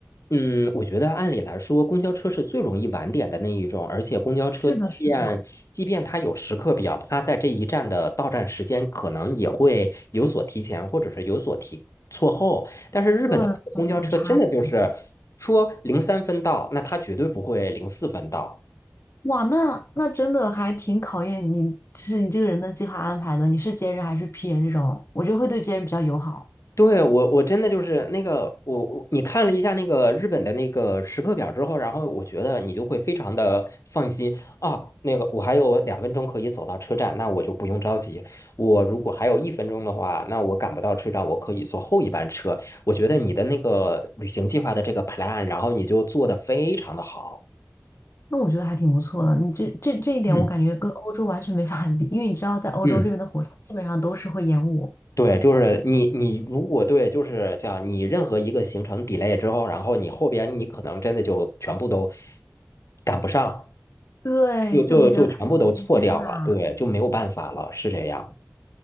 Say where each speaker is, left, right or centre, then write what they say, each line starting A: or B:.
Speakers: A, on the left; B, on the left.
A: 嗯，我觉得按理来说，公交车是最容易晚点的那一种，而且公交车即便即便它有时刻表，
B: 是的，是的。
A: 它在这一站的到站时间可能也会有所提前，或者是有所提错后。但是日本的那个公交车真的就是说零三分到，
B: 对，有点差别。
A: 那它绝对不会零四分到。
B: 哇，那那真的还挺考验你，就是你这个人的计划安排的。你是 J 人还是 P 人这种？我觉得会对 J 人比较友好。
A: 对，我我真的就是那个我我你看了一下那个日本的那个时刻表之后，然后我觉得你就会非常的放心啊。那个我还有两分钟可以走到车站，那我就不用着急。我如果还有一分钟的话，那我赶不到车站，我可以坐后一班车。我觉得你的那个旅行计划的这个 plan，然后你就做的非常的好。
B: 那我觉得还挺不错的。你这这这一点，
A: 嗯
B: 我感觉跟欧洲完全没法比，因为你知道，在欧洲这边的火车基本上都是会延误，
A: 嗯。对，就是你，你如果对，就是叫你任何一个行程 delay 之后，然后你后边你可能真的就全部都赶不上，
B: 对，
A: 就就就全部都错掉了，
B: 就比较看时间吧。
A: 对，就没有办法了，是这样。